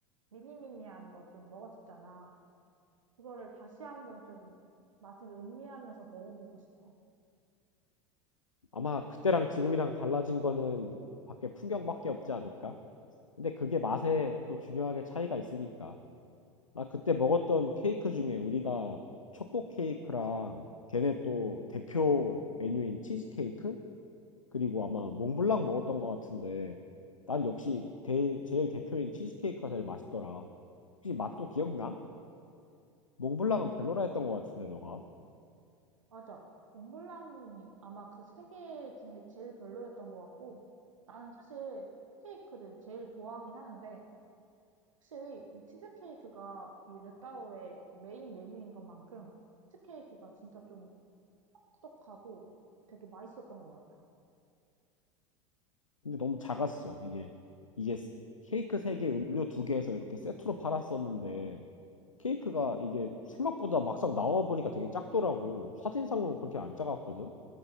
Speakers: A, on the right; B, on the left.
A: 미니미니한 거 좀 먹었었잖아. 그거를 다시 한번 좀 맛을 음미하면서 먹어보고 싶어.
B: 아마 그때랑 지금이랑 달라진 거는 밖에 풍경밖에 없지 않을까? 근데 그게 맛에 또 중요하게 차이가 있으니까. 나 그때 먹었던 케이크 중에 우리가 초코 케이크랑 걔네 또 대표 메뉴인 치즈 케이크? 그리고 아마 몽블랑 먹었던 것 같은데 난 역시 제일, 제일 대표인 치즈 케이크가 제일 맛있더라. 혹시 맛도 기억나? 몽블랑은
A: 응,
B: 별로라 했던 것 같은데 너가?
A: 맞아. 몽블랑이 아마 그 세 개 중에 제일 별로였던 것 같고 나는 사실 케이크를 제일 좋아하긴 하는데 확실히 이 치즈케이크가 이 루따오의 메인 메뉴인 것만큼 치즈케이크가 진짜 좀 꾸덕꾸덕하고 되게 맛있었던 것 같아.
B: 근데 너무 작았어. 이게 이게 케이크 세개 음료 두개에서 이렇게 세트로 팔았었는데 케이크가 이게 생각보다 막상 나와 보니까 되게 작더라고. 사진상으로 그렇게 안 작았거든.